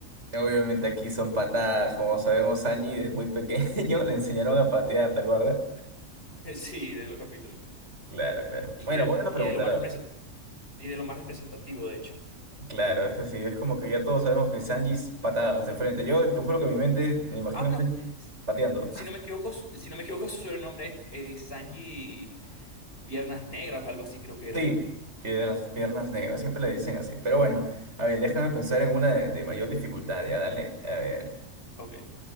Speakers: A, on the right; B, on the left.
A: Obviamente aquí son patadas, como sabemos, Sanji desde muy pequeño <laughs> le enseñaron a patear, ¿te acuerdas?
B: <laughs> Sí, de los capítulos.
A: Claro, claro.
B: Y,
A: Bueno,
B: que,
A: buena
B: y,
A: pregunta,
B: de lo más
A: la verdad.
B: repres- y de lo más representativo, de hecho.
A: Claro, es que sí, es como que ya todos sabemos que Sanji es patadas de frente. Yo te juro que mi mente me imagino
B: Ah,
A: a
B: bueno,
A: Sanji pateando.
B: si no me equivoco, si no me equivoco, <laughs> su sobrenombre es eh, Sanji Piernas Negras o algo así creo que era.
A: Sí, tiene las piernas negras, siempre le dicen así. Pero bueno, a ver, déjame pensar en una de, de mayor dificultad, ya, dale. A ver,
B: Ok,